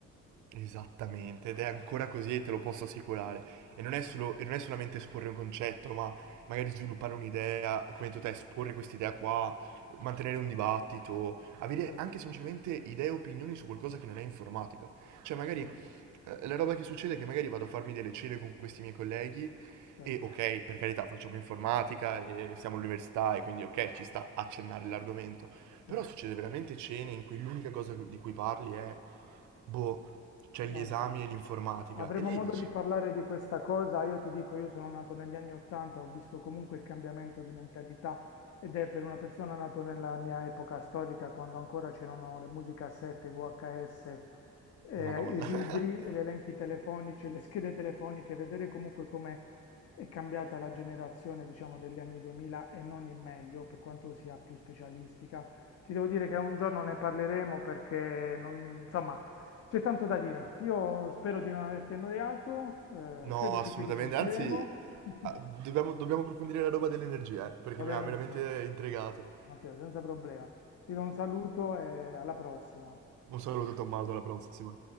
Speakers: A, on the right; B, on the left.
A: Esattamente, ed è ancora così e te lo posso assicurare. E non è solo, e non è solamente esporre un concetto, ma magari sviluppare un'idea, come hai detto te, esporre quest'idea qua, mantenere un dibattito, avere
B: Certo,
A: anche semplicemente idee e opinioni su qualcosa che non è informatica. Cioè, magari
B: sì,
A: eh, la roba che succede è che magari vado a farmi delle cene con questi miei colleghi
B: certo,
A: e ok, per carità, facciamo informatica e siamo all'università e quindi ok, ci sta accennare l'argomento.
B: sì.
A: Però succede veramente cene in cui l'unica cosa di cui parli è boh, c'è
B: Guarda.
A: gli esami e l'informatica.
B: Avremo
A: E lei
B: modo
A: dici,
B: di parlare di questa cosa. Io ti dico, io sono nato negli anni 80, ho visto comunque il cambiamento di mentalità ed è per una persona nato nella mia epoca storica, quando ancora c'erano le musicassette, i VHS, eh,
A: Madonna.
B: i libri,
A: <laughs>
B: gli elenchi telefonici, le schede telefoniche, vedere comunque come è cambiata la generazione, diciamo, degli anni 2000 e non in meglio, per quanto sia più specialistica. Ti devo dire che un giorno ne parleremo perché non, insomma, c'è tanto da dire. Io spero di non averti annoiato, eh,
A: No,
B: credo
A: assolutamente,
B: che ci risentiremo.
A: anzi,
B: <laughs>
A: ah, dobbiamo, dobbiamo approfondire la roba dell'energia, eh, perché
B: Va
A: mi
B: benissimo,
A: ha veramente intrigato.
B: Matteo, senza problema. Ti do un saluto e alla prossima.
A: Un saluto Tommaso, alla prossima.